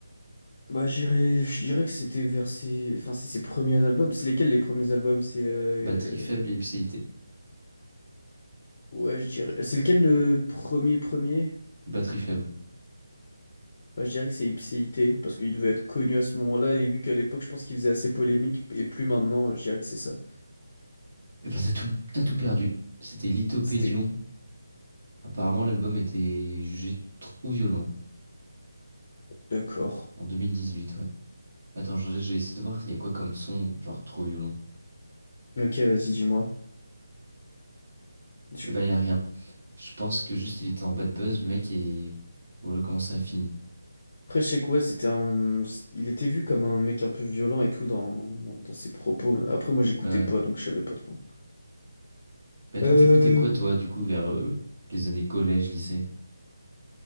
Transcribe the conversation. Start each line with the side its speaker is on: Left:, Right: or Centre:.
Left: Bah, j'irais, je dirais que c'était vers ses... Enfin, c'est ses premiers albums. C'est lesquels les premiers albums? C'est... euh,
Right: Batterie faible et ipséité.
Left: Ouais, je dirais... C'est lequel le premier premier?
Right: Batterie faible.
Left: Bah, je dirais que c'est Ipséité, parce qu'il devait être connu à ce moment-là, et vu qu'à l'époque, je pense qu'il faisait assez polémique, et plus maintenant, je dirais que c'est ça.
Right: Et bah, t'as tout, t'as tout perdu. C'était Lithopédion.
Left: C'était
Right: Apparemment, l'album était jugé trop violent
Left: D'accord.
Right: en 2018, ouais. Attends, je, je vais essayer de voir il y a quoi comme son, genre trop violent.
Left: Ok, vas-y, dis-moi. Tu-
Right: Et ben, il y a rien. Je pense que juste il était en bad buzz, le mec, et voilà comment ça a fini.
Left: Après, je sais quoi, c'était un... Il était vu comme un mec un peu violent et tout dans, dans ses propos. Après, moi, j'écoutais
Right: Ouais. ouais.
Left: pas, donc je savais pas trop.
Right: Mais attends,
Left: Euh...
Right: t'écoutais quoi, toi, du coup, vers euh, les années collège, lycée?